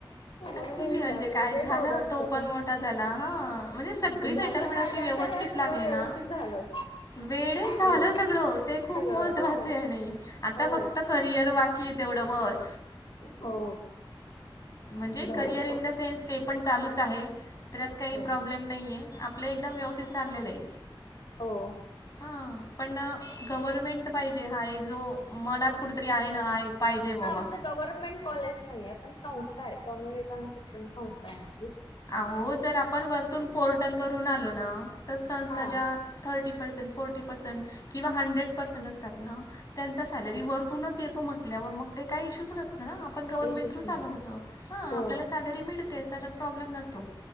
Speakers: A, on the left (about 70°); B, on the left (about 40°).
A: म्हणून
B: ठीक
A: मी
B: आहे
A: विचारलं
B: म्हणजे काय
A: किती
B: झालं
A: आहे चौदा वर्षाचा
B: तो पण मोठा झाला हा म्हणजे सगळी
A: पण
B: सेटलमेंट
A: झालं ना
B: अशी
A: ज्या
B: व्यवस्थित
A: त्या वेळात
B: लागली
A: सगळं व्यवस्थित
B: ना,
A: झालं
B: वेळेत झालं
A: हो
B: सगळं ते खूप
A: सगळं
B: महत्वाचे
A: हो
B: आणि आता
A: हो
B: फक्त करियर वा कि तेवढं बस
A: हो
B: म्हणजे
A: झालं
B: करियर इन द सेन्स ते पण चालूच आहे त्यात काही
A: हो
B: प्रॉब्लेम प्रॉब्लेम नाहीे आपलं एकदम व्यवस्थित चाललेलं आहे.
A: हो
B: हा पण ना गव्हर्मेंट पाहिजे हा एक जो मनात कुठतरी आहे ना आहे पाहिजे बाबा
A: असं गवर्नमेंट कॉलेज नाही आहे पण संस्था आहे स्वामी विवेकानंद शिक्षण संस्था यांची
B: अहो जर आपण वरतून पोर्टलवरून आलो ना तर संस्थाच्या
A: हा
B: थर्टी पर्सेंट फोर्टी पर्सेंट किंवा हंड्रेड पर्सेंट असतात ना त्यांचा सॅलरी वरतूनच येतो म्हटल्यावर मग ते काही इश्यू नसतं ना आपण गव्हर्नमेंटथ्रू
A: इशूच
B: चालवतं
A: नाही
B: ह
A: हो
B: आपला सॅलरी मिळतेच त्याच्यात प्रॉब्लेम नसतो